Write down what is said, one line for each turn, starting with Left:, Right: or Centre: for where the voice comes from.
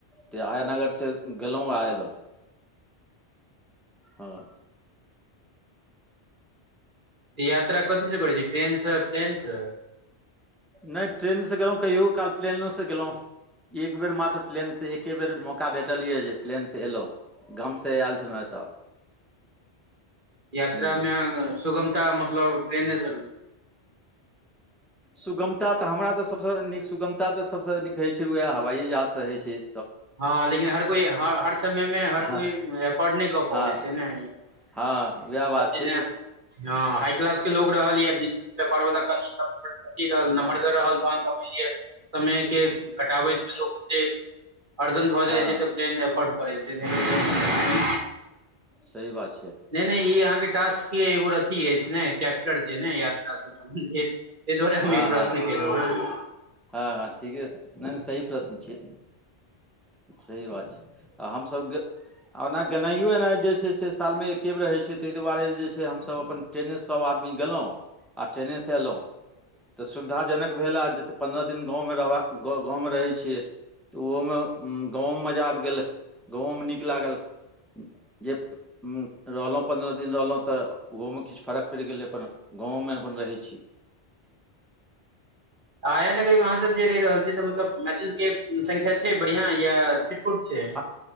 Centre: त आया नगर से गेलौ आ एलौ। हअ
Right: तऽ यात्रा कथी से करै छी ट्रेन से प्लेन से?
Centre: नै ट्रेन से गेलौं कहियो काल प्लेनो से गेलौं एक बेर मात्र प्लेन से एक एके बेर मौका भेटल ये जे प्लेन से एलौ गाम से आएल छलहुँ एतऽ।
Right: यात्रा
Centre: हूँ
Right: मे सुगमता मतलब ट्रेने से
Centre: सुगमता तऽ हमरा तऽ सब सँ नीक सुगमता तऽ सब सँ नीक हइ छै उएह हवाइये जहाज सँ हइ छैय।
Right: हँ लेकिन हर कोइ हर -हर समय मे हर
Centre: हँ
Right: कोइ एफोर्ड नै कऽ
Centre: हँ
Right: पबै छै ने।
Centre: हँ उएह बात
Right: जेना
Centre: छै जे
Right: हँ हाय क्लास के लोग रहल या बिच पेपर बला कनी अथी रहल नमहरगर रहल तहन तऽ बुझलियै समय के घटाबैत लोक के अर्जन भऽ
Centre: हँ
Right: जाय छै तऽ प्लेन एफोर्ड करै छै नै त
Centre: सही बात छै।
Right: नैय नैय ई अहाँ के टास्क के एगोर अथी अइछ ने चैप्टर छै ने यात्रा से सम्बंधित। ऐ दुआारे हम
Centre: हँ
Right: ई
Centre: हँ
Right: प्रश्न केलौ हें।
Centre: हँ हँ ठीकेस नैय -नैय सही प्रश्न छियइ। सही बात छै आ हम सब ग आ ओना गेनाइयो एनाइयो जे छै से साल मे एकेबेर रहै छै तइ दुआरे जे छै हम सब अपन ट्रेने से सब आदमी गेलौ आ ट्रेने से एलौ तऽ सुविधा जनक भेल आ पन्द्रह दिन गाँव मे रहब आ गाँव मे रहय छियइ तऽ ओहोमे गाँवो मे मजा आब गेल। सोम नीक लागल ये उं रहलौ पंन्द्रह दिन रहलौ त, ओहोमे किछ फर्क पैड़ गेल अपन गाँव में अपन रहै छी।
Right: आया नगरी मे अहाँ सब जे रैह रहल छि, त मतलब मैथिल के संख्या छै बढ़ियां या छिटपुट छय।
Centre: आ